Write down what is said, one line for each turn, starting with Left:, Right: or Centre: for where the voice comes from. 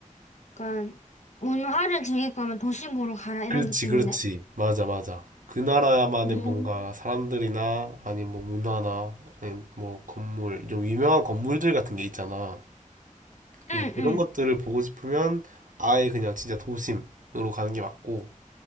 Left: 약간 문화를 즐길 거면 도시부로 가라 이런
Right: 그렇지,
Left: 느낌이네.
Right: 그렇지. 맞아, 맞아. 그 나라만의
Left: 음,
Right: 뭔가 사람들이나, 아니면 뭐 문화나, 아니면 뭐 건물, 좀 유명한 건물들 같은 게 있잖아.
Left: 응,
Right: 응, 그런
Left: 응,
Right: 것들을 보고 싶으면 아예 그냥 진짜 도심으로 가는 게 맞고,